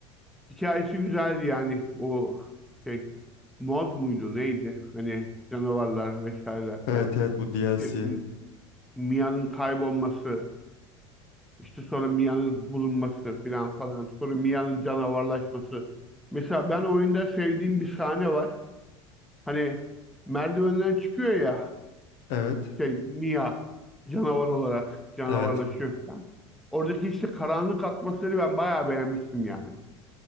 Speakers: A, in the centre; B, on the left.
A: Hikayesi güzeldi yani o şey mod muydu neydi? Hani canavarlar vesaireler
B: Evet
A: falan.
B: evet bu DLC.
A: İşte M- Mia'nın kaybolması, işte sonra Mia'nın bulunması falan falan. Sonra Mia'nın canavarlaşması. Mesela ben oyunda sevdiğim bir sahne var. Hani merdivenden çıkıyor ya
B: Evet.
A: şey Mia canavar olarak canavarlaşıyor
B: Evet.
A: falan. Oradaki işte karanlık atmosferi ben bayağı beğenmiştim yani.